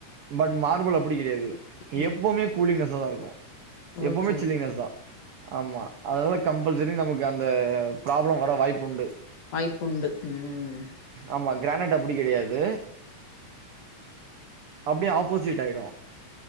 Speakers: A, on the right; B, on the left.
A: பட் மார்பல் அப்பிடி கெடையாது.
B: ம்.
A: எப்போமே கூலிங்னஸ்ஸாதா இருக்கு எப்போமே
B: ஓகே, ஓகே.
A: சில்லிங்னஸ்தா ஆமா அதனால கம்பல்சரி நமக்கு அந்த ப்ராப்ளம் வர வாய்ப்புண்டு.
B: வாய்ப்புண்டு ம்
A: ஆமா கிரானைட் அப்டி கெடயாது. அப்டியே ஆப்போசிட் ஆய்டு